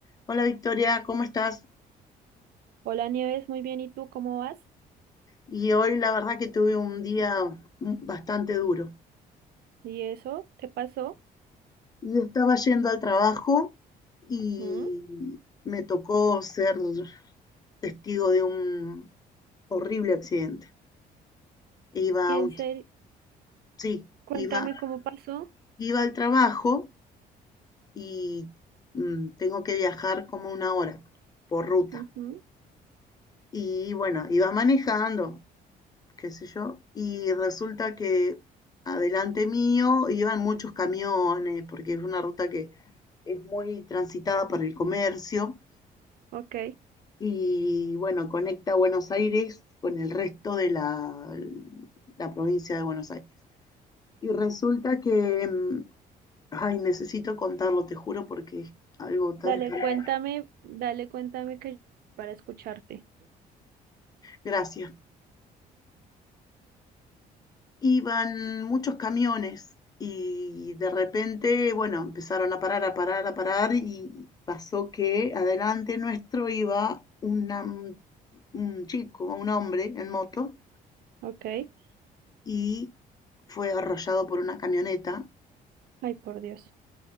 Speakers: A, on the left; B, on the right.
A: Hola Victoria, ¿cómo estás?
B: Hola Nieves, muy bien. ¿Y tú cómo vas?
A: Y hoy la verdad que tuve un día bastante duro.
B: ¿Y eso te pasó?
A: Y estaba yendo al trabajo y
B: ¿Mm?
A: me tocó ser testigo de un horrible accidente. Iba
B: Y en
A: a un,
B: serio,
A: sí,
B: cuéntame
A: iba,
B: cómo pasó.
A: iba al trabajo y mm, tengo que viajar como una hora por ruta.
B: Ujú,
A: Y bueno, iba manejando, qué sé yo, y resulta que adelante mío iban muchos camiones, porque es una ruta que es muy transitada para el comercio
B: Ok.
A: y bueno, conecta Buenos Aires con el resto de la, la provincia de Buenos Aires. Y resulta que, mm, ay, necesito contarlo, te juro, porque es algo tan
B: Dale,
A: espantoso.
B: cuéntame, dale, cuéntame que para escucharte.
A: Gracias. Iban muchos camiones y de repente, bueno, empezaron a parar, a parar, a parar y pasó que adelante nuestro iba una un chico, un hombre en moto
B: Ok.
A: y fue arrollado por una camioneta.
B: Ay, por Dios.